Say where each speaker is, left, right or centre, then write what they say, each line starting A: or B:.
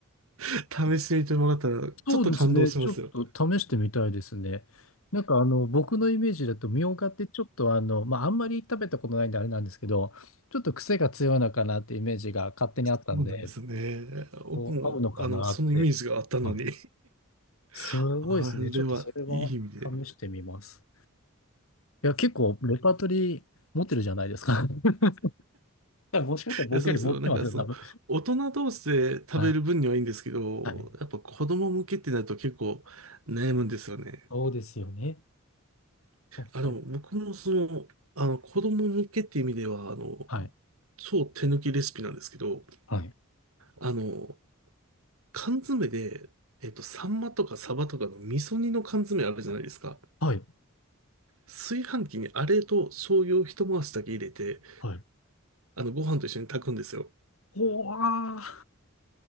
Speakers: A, on the right; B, on the left.
A: <laughs> 試してみてもらったら、ちょっと感動しますよ。
B: そうですね。ちょっと試してみたいですね。なんかあの、僕のイメージだと、みょうがってちょっとあの、まあ、あんまり食べたことないんであれなんですけど、ちょっと癖が強いのかなってイメージが勝手にあったんで、
A: そうなんですよね。僕も、
B: こう合うのかなって。
A: あの、そのイメージがあったのに
B: あ、すごいですね。
A: <laughs> あれはいい意味で
B: ちょっとそれは試してみます。いや、結構レパートリー持ってるじゃないですか。<laughs> 多分もしかしたら僕より持ってますよ、
A: いや、そうですよ。なんかその、
B: 多分。
A: 大人同士で食べる分にはいいんですけど、
B: はい。はい。
A: やっぱ子供向けってなると結構悩むんですよね。
B: そうですよね。はい。
A: あの、僕もその、あの、子供向けっていう意味では、あの、
B: はい。
A: 超手抜きレシピなんですけど、
B: はい。
A: あの、缶詰で、えっと、サンマとかサバとかの味噌煮の缶詰あるじゃないですか。
B: はい。
A: 炊飯器にあれと醤油を一回しだけ入れて、
B: はい
A: あの、ご飯と一緒に炊くんですよ。
B: おわ